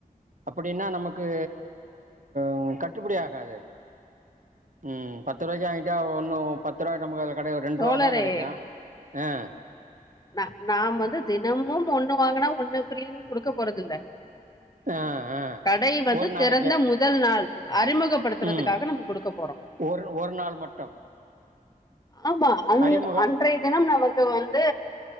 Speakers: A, on the right (about 60°); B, on the left (about 25°).
A: அப்பிடின்னா நமக்கு ம் கட்டுப்படி ஆகாது ம் பத்து ரூவாய்கு வாங்கிட்டா ஒன்னு பத்து ரூவாய் நம்ம கைடய ஒரு ரெண்டு
B: தோழரே
A: ரூபா தா கிடைக்கு ஆ
B: நா நாம வந்து தினமும் ஒண்ணு வாங்கினா ஒண்ணு ஃப்ரீன்னு குடுக்க போறது இல்ல
A: ஆ ஆ
B: கடை வந்து
A: ஒரு நாளைக்கே
B: திறந்த முதல் நாள் அறிமுக படுத்துறதுக்காக
A: ம்
B: நம்ம குடுக்க போறோ
A: ஒரு ஒரு நாள் மட்டும்
B: ஆமா அந்
A: அறிமுக
B: அன்றைய தினம் நமக்கு வந்து